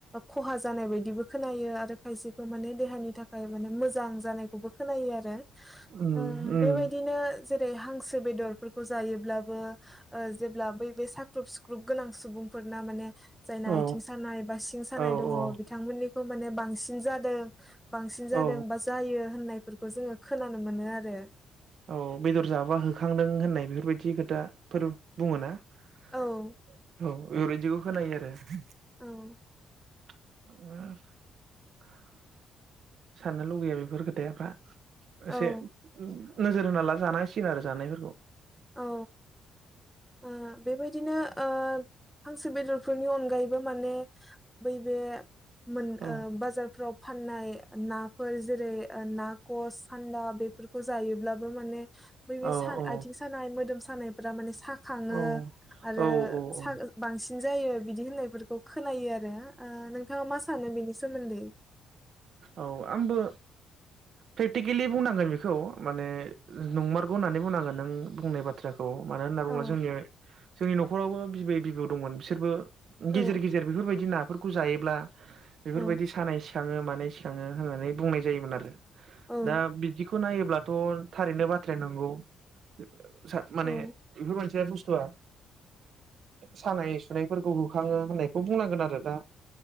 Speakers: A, in the centre; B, on the right.
A: ख'हा जानाय बायदिबो खोनायो आरो खायसेखौ माने देहानि थाखाय माने मोजां जानायखौबो खोनायो आरो
B: उम
A: ओ
B: उम
A: बेबायदिनो जेरै हांसो बेदरफोरखौ जायो ओ जेब्ला बै साख्रुबसिग्रुप गोनां सुबुंफोरना माने जायना
B: औ
A: आथिं सानायबा सिंसानाय
B: औ
A: दङ
B: औ
A: बिथांमोनिखौ माने बांसिन जादों बांसिन जादों
B: औ
A: बा जायो होननाय फोरफोरखौ जोङो खोनानो मोनो आरो ।
B: औ बेदर जाबा होखांदों होननाय बेफोरबायदि खोथाफोर बुङो ना ।
A: औ
B: औ। बेफोरबायदिखौ खोनायो आरो ।
A: औ
B: <unintelligible> साननो लुगैयो बेफोर खोथायाफ्रा ।
A: औ
B: एसे नोजोर होना ला जानांसिगोन आरो जानायफोरखौ ।
A: औ ओ बेबायदिनो । ओ हांसो बेदरफोरनि अनगायैबो माने बैबे मोन
B: औ
A: बाजारफ्राव फाननाय नाफोर जेरै ना कच, सान्दा बेफोरखौ जायोब्लाबो माने बै बे
B: औ
A: सा
B: औ
A: आथिं सानाय <unintelligible> मोदोम सानायफोरा माने सा खाङो
B: औ
A: आरो
B: औ औ
A: बांसिन बिदिनो जायो बिदि होननायफोरखौ खोनायो आरो । ओ नोंथाङा मा सानो बेनि सोमोनदै
B: औ आंबो प्रेक्टिकेलि बुंनांगोन बेखौ माने नंमारगौ होननानै बुंनांगोन नों बुंनाय बाथ्रा खौ मानो होनना
A: औ
B: बुब्ला जोंनिया जोंनि न'खरावबो बिबै बिबौ दंमोन बिसोरबो
A: औ
B: गेजेर गेजेर बेफोरबायदि ना बेफोरफोरखौ जायोब्ला बेफोरबायदि
A: औ
B: सानाय सिखाङो । <unintelligible> मानाय सिखाङो होननानै बुंनाय जायोमोन आरो ।
A: औ
B: दा बिदिखौ नायोब्ला थ' थारैनो बाथ्राया नंगौ। <unintelligible> माने
A: औ
B: बेफोर मोनसे बुस्थुआ सानाय सुनायफोरखौ होखाङो होननायखौ बुंनांगोन आरो दा